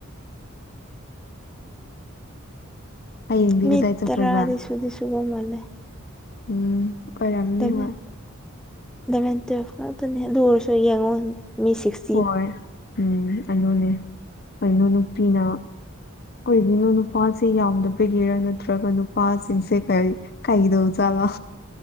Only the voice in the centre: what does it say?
ꯃꯤ
ꯇꯔꯥ ꯗꯤ ꯁꯕꯁꯨꯒ ꯃꯥꯂꯦ
ꯑꯦꯂꯚꯦꯟ
ꯏꯂꯚꯦꯟ ꯇꯨꯋꯦꯜꯐ ꯉꯇꯅꯦ ꯑꯗꯨ ꯑꯣꯏꯔꯁꯨ ꯌꯦꯡꯉꯣ ꯃꯤ ꯁꯤꯛꯁ